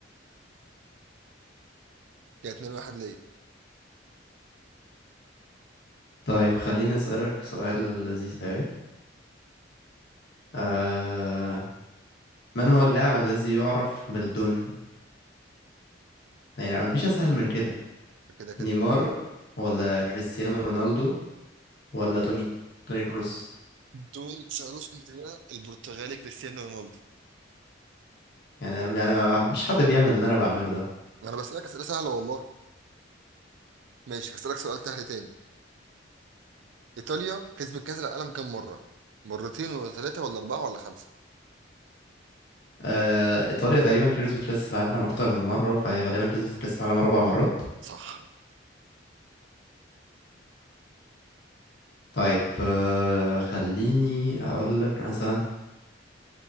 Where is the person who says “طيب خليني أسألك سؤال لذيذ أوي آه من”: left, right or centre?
Left